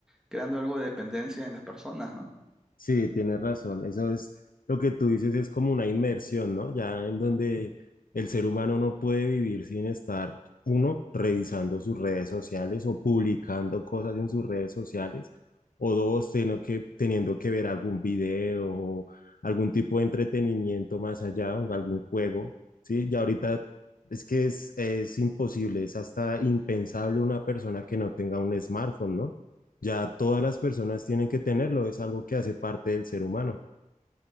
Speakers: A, in the centre; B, on the left.
A: creando algo de dependencia en las personas, ¿no?
B: Sí, tienes razón. Eso es lo que tú dices, es como una inmersión, ¿no? Ya en donde el ser humano no puede vivir sin estar, uno, revisando sus redes sociales o publicando cosas en sus redes sociales, o dos, teniendo que, teniendo que ver algún video o algún tipo de entretenimiento más allá, o algún juego, ¿sí? Ya ahorita es que es, es imposible, es hasta impensable una persona que no tenga un smartphone, ¿no? Ya todas las personas tienen que tenerlo, es algo que hace parte del ser humano.